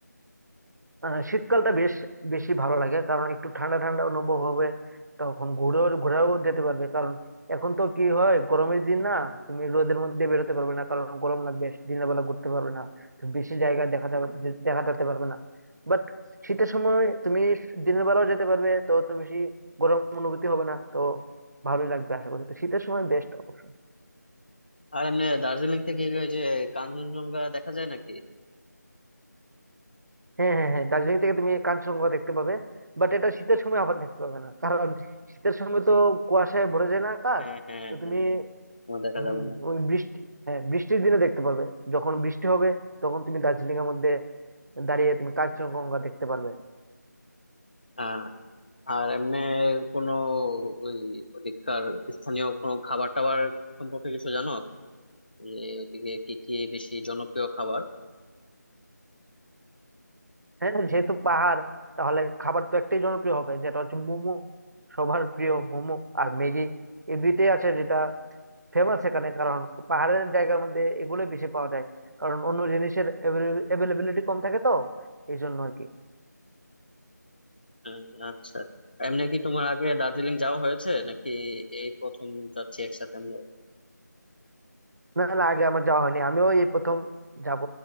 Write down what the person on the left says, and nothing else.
আর এমনি দার্জিলিং থেকে ওই যে কাঞ্চনজঙ্ঘা দেখা যায় নাকি
হ্যাঁ হ্যাঁ
হ্যাঁ তোমার দেখা
যাবে না
হ্যাঁ আর এমনি কোনো ওই ওদিককার স্থানীয় কোনো খাবার টাবার সম্পর্কে কিছু জানো যে ওদিকে কি কি বেশি জনপ্রিয় খাবার
আহ, আচ্ছা এমনি কি তোমার আগে দার্জিলিং যাওয়া হয়েছে নাকি এই প্রথম যাচ্ছি একসাথে আমরা